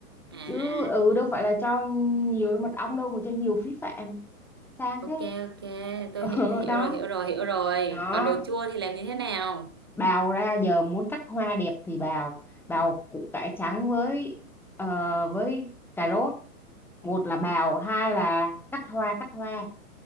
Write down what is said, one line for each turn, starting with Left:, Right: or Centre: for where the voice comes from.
Right: à
Centre: chứ ừ đâu phải là cho nhiều mật ong đâu mà cho nhiều phí phạm sang
Right: ok
Centre: thế
Right: ok tôi
Centre: <laughs>
Right: hi-
Centre: ừ,
Right: tôi hiểu
Centre: đó
Right: rồi hiểu rồi hiểu rồi
Centre: đó
Right: còn đồ chua thì làm như thế nào
Centre: bào ra giờ muốn cắt hoa đẹp thì bào bào củ cải trắng với ờ, với cà rốt một là bào hai là cắt hoa cắt hoa